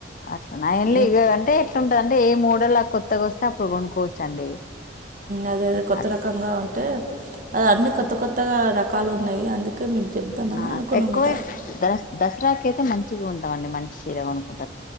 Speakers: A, on the left; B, on the right.
A: అట్లనా
B: ఇ.
A: అంటే ఎట్లుంటంది అంటే ఏ మూడోళ్ళ కొత్తగాస్తే అప్పుడు కొనుక్కోవచ్చండి.
B: అద కొత్త
A: అట్లా
B: రకంగా ఉంటే అ అన్నిీ కొత్త కొత్తగా రకాలు ఉన్నాయి అందుకే మేము చెప్దామని
A: ఆ
B: అనుకున్నామాట.
A: ఎక్కువ దస్ దసరాకి అయితే మంచిగా ఉంటామం మంచి చీర కొనుకుంటాం